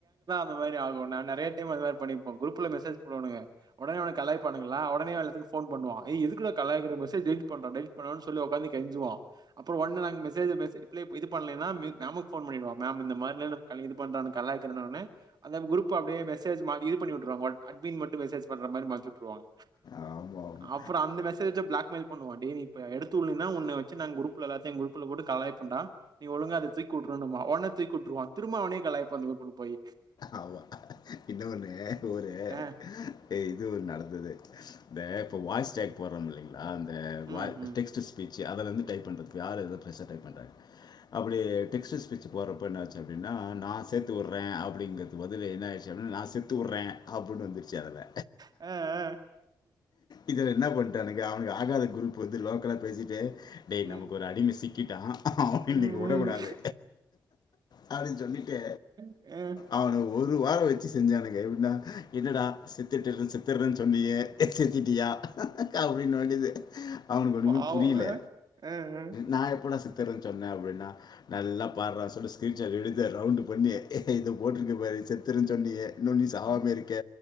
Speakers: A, on the right; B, on the left.
A: அந்த மாரி ஆகும் நா நிறைய டைம் அது மாரி பண்ணிருப்ப குரூப்ல மெசேஜ் போடுவானுங்க உடனே அவன காலாய்பாண்ணுங்க உடனே எல்லத்துக்கு போன் பண்ணுவான் ஏ எதுக்குடா கலாய்க்குற மெசேஜ டெலிட் பன்றா டெலிட் பண்ணுடானு சொல்லி உக்காந்து கெஞ்சுவான் அப்பறம் ஒன்னே நாங்க மெசேஜ மெசே ரிப்ளை இது பண்ணலன்னா மேம்க்கு போன் பண்ணிடுவா மேம் இந்த மாரிலா க இது பண்றான் கலாய்க்குற உடனே அந்த குரூப் அப்டியே மெசஜ் மாரி இது பண்ணி விற்றுவாங்க வால் அட்மின் மட்டும் மெசேஜ் பண்ற மாரி மாத்தி விட்டுருவான்
B: ஆமாம் ஆமாம்
A: அப்பறம் அந்த மெசே ஜ் வச்சி பிளாக்மேல் பண்ணுவாே டேய் நீ இப்ப எடுத்துல்லனா உன்ன வச்சி நாங்க குரூப் எல்லாத்தையும் குரூப் குரூப் குள்ள போட்டு கலாய்போம்டா நீ ஒழுங்கா ஆத தூக்கிவிட்ரூன்போ உடனே தூக்கி உட்டுருவான் திரும்ப அவனே கலாய்பாங்க குரூப்ல போய்
B: ஆமா இன்னொன்னு ஒரு
A: ஆ.
B: து இது நடந்தது இந்த இப்ப வாய்ஸ் டேக் போறோம் இல்லைங்களா இந்த
A: ம்,
B: வா
A: ம்.
B: டெக்ஸ்ட் பிச்சு அதுல இருந்து டைப் பண்றது யாரு அது பெருசா டைப் பண்றாங்க அப்டி டெஸ்ட் ஸ்பீச்க்கு போறப்ப என்னாச்சு அப்டின்னா ந சேர்த்துவுர வுற அப்டிங்கிறது பதிலு என்ன விஷம் நான் செத்து விடுறேன் அப்டின்னு வந்துருச்சு அதுல
A: ஆ, ஆ.
B: இதுல என்ன பண்ட்டானுக அவனுக்கு ஆகாத குரூப் வந்து லோக்கலா பேசிட்டு டேய்
A: ம்,
B: நமக்கொரு அடிம சிக்கிட்டா அவன
A: ம்,
B: இன்னிக்கு விடக் கூடாது
A: ம்.
B: அப்டின்னு சொல்லிட்டு
A: ஆ
B: அவனை ஒரு வாரம் வச்சு செஞ்சானுங்க எப்டின்னா என்னடா சித்துட்டுறேன் சித்துடுறேன்னு சொன்னீயே எச்சதீட்டியா அப்டின் வேண்டியது அவனுக்கு ஒண்ணமே
A: பாவம்.
B: புரில
A: அ, அ, அ.
B: நான் எப்படா செத் தரன்னு சொன்ன அப்டின்னா நல்லா பார்றா சொல்லி ஸ்க்ரீன் சாட் எடுத்து ரவுண்ட் பண்ணி இத போட்டிருக்க பாரு செத்துருன்னு சொன்னியே இன்னும் நீ சாவாமே
A: ம்,
B: இருக் க